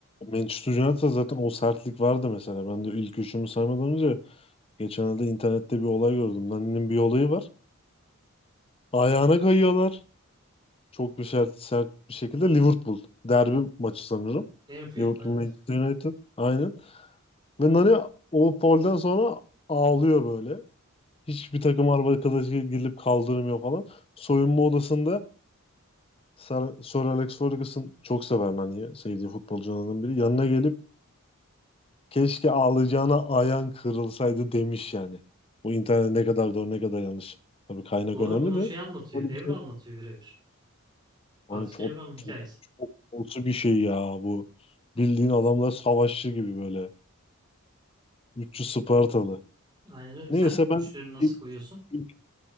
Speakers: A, on the left; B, on the right.
A: Manchester United'da zaten o sertlik vardı mesela. Ben de ilk üçümü saymadan önce geçenlerde internette bir olay gördüm. Nani'nin bir olayı var. Ayağına kayıyorlar. çok bir sert, sert bir şekilde Liverpool derbi maçı sanırım.
B: Enfield'da
A: Liverpool
B: evet.
A: Manchester United. Aynen. Ve Nani o polden sonra ağlıyor böyle. Hiçbir takım arkadaşı gelip kaldırmıyor falan. Soyunma odasında Sir, Sir Alex Ferguson çok sever Nani'yi. Sevdiği futbolcularından biri. Yanına gelip keşke ağlayacağına ayağın kırılsaydı demiş yani. Bu internet ne kadar doğru ne kadar yanlış. Tabii kaynak
B: Doğru
A: önemli
B: bunu
A: de.
B: şey anlatıyor.
A: Böyle
B: Evra
A: bir şey
B: anlatıyor birebir. Patrick
A: Hani çok
B: Evra'nın hikayesi.
A: çok çok olası bir şey ya bu. Bildiğin adamlar savaşçı gibi böyle. Üççü Spartalı.
B: Aynen öyle.
A: Neyse
B: Sen üçlünü
A: ben
B: nasıl
A: ilk-
B: koyuyorsun?
A: ilk-